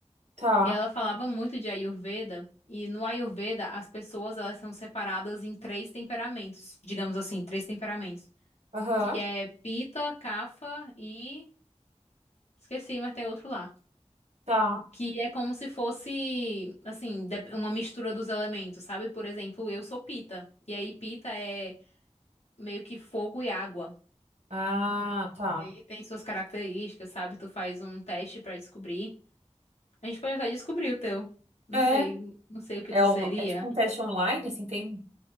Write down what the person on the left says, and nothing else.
E ela falava muito de Ayurveda, e no Ayurveda as pessoas elas são separadas em três temperamentos, digamos assim, três temperamentos,
que é pita, Kapha e esqueci, mas tem outro lá.
Que é como se fosse, assim, dep- uma mistura dos elementos, sabe? Por exemplo, eu sou pita. E aí, pita é meio que fogo e água.
E aí tem suas características, sabe? Tu faz um teste pra descobrir. A gente pode até descobrir o teu. Não
sei, não sei o que tu
seria.